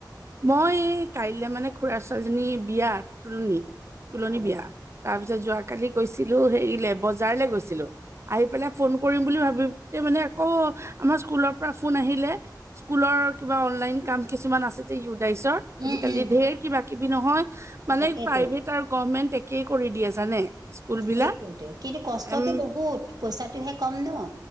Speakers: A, on the right; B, on the right.
A: মই এই কাইলে মানে খুৰা ছোৱালীজনী বিয়াত তুলনি তুলনি
B: অ
A: বিয়া তাৰ পিছত যোৱাকালি গৈছিলো হেৰিলে বজাৰলে গৈছিলো আহি পেলাই ফোন কৰিম বুলি ভাবি তে মানে আকৌ আমাৰ স্কুলৰ পৰা ফোন আহিলে। স্কুলৰ কিবা অনলাইন কাম কিছুমান আছে। ইউডাইচৰ আজিকালি
B: উম উম
A: ধেৰ কিবা কিবি নহয় মানে
B: তাকেইতো
A: প্ৰাইভেট আৰু গভমেন্ট এ কেই কৰি দিয়ে জানে স্কুল বিলাক
B: সেইটোৱেইটো কিন্তু কষ্টটো
A: এম
B: বহুত পইচাটোহে কম ন?